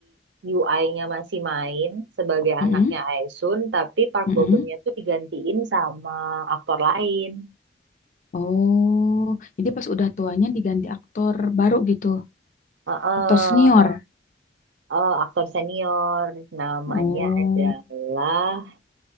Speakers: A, on the right; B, on the left.
A: UI-nya masih main sebagai
B: mm-mm,
A: anaknya Aisun, tapi Park
B: mm-mm.
A: Bo Gum-nya tuh digantiin sama aktor lain.
B: Oh, jadi pas udah tuanya diganti aktor baru gitu,
A: Heeh,
B: aktor senior.
A: eh, aktor senior namanya
B: Oh,
A: adalah